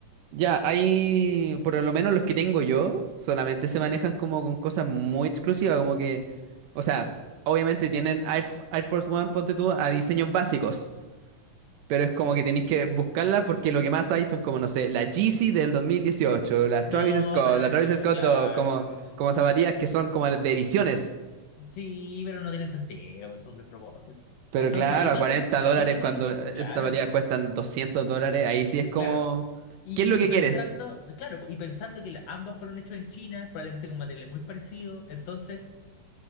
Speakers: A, on the right; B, on the left.
A: ya hay, por lo menos los que tengo yo, solamente se manejan como con cosas muy exclusivas, como que, o sea, obviamente tienen Air, F- Air Force One, ponte tú, a diseños básicos, pero es como que tenéis que buscarla porque lo que más hay son como, no sé, la Yeezy del 2018, las
B: No,
A: Travis Scott,
B: pero eso,
A: la Travis Scott
B: claro,
A: 2, como,
B: pero
A: como zapatillas que son como de ediciones.
B: sí, pero no tiene sentido, es un despropósito.
A: Pero
B: Entonces
A: claro,
B: ahí donde,
A: a 40
B: ahí
A: dólares
B: donde surge,
A: cuando eh,
B: claro,
A: esas zapatillas
B: po,
A: cuestan 200 dólares, ahí sí es como,
B: claro. Y,
A: ¿qué es lo que
B: y, y pensando,
A: quieres?
B: claro, po, y pensando que la- ambas fueron hechas en China, probablemente con materiales muy parecidos, entonces,